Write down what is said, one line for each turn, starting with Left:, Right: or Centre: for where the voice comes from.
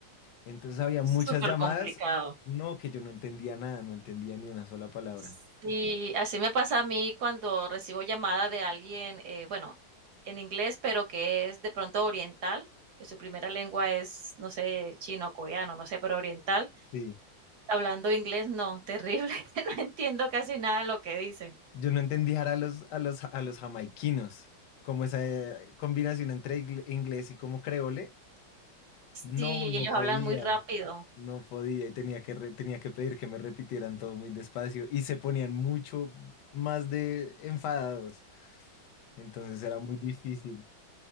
Left: Entonces había muchas
Right: súper
Left: llamadas,
Right: complicado.
Left: no que yo no entendía nada, no entendía ni una sola palabra.
Right: Sí, así me pasa a mí cuando recibo llamada de alguien, eh, bueno, en inglés, pero que es de pronto oriental, que su primera lengua es, no sé, chino, coreano, no sé, pero oriental.
Left: Sí,
Right: Hablando inglés, no, terrible, <laughs> no entiendo casi nada de lo que dicen.
Left: yo no entendía a los, a los, a los jamaiquinos, como esa eh, combinación entre ingle- inglés y como creole,
Right: Sí,
Left: no, no
Right: ellos
Left: podía.
Right: hablan muy rápido.
Left: No podía y tenía que, re- tenía que pedir que me repitieran todo muy despacio y se ponían mucho más de enfadados. Entonces era muy difícil.